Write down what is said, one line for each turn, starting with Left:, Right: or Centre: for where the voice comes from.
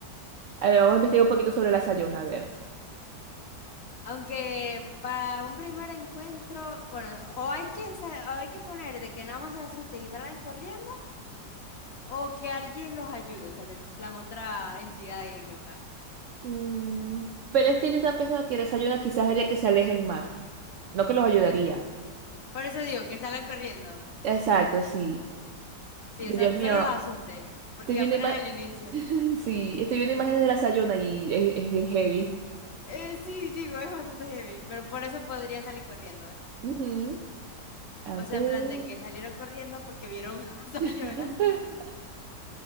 Right: A ver, vamos a investigar un poquito sobre la Sayona, a ver.
Left: Aunque para un primer encuentro, bueno, o hay que, sa- o hay que poner de que nada más se asusten y salgan corriendo, o que alguien los ayude, o sea, de en plan otra entidad ahí loca.
Right: Mm, pero es que yo estaba pensando que la Sayona quizás haría que se alejen más, no que los ayudaría.
Left: Por eso digo, que salgan corriendo.
Right: Exacto, sí.
Left: Sí,
Right: Y que
Left: o sea,
Right: Dios
Left: que
Right: mío,
Left: solo los asustéis, porque
Right: estoy viendo
Left: apenas
Right: ima-
Left: es el inicio.
Right: <laughs> sí, estoy viendo imágenes de la Sayona y es, es bien heavy.
Left: Eh, sí, digo, es bastante heavy, pero por eso podría salir corriendo.
Right: Ujú. A
Left: O
Right: ver.
Left: sea, en plan de que salieron corriendo porque vieron <laughs> a Sayona.
Right: <laughs>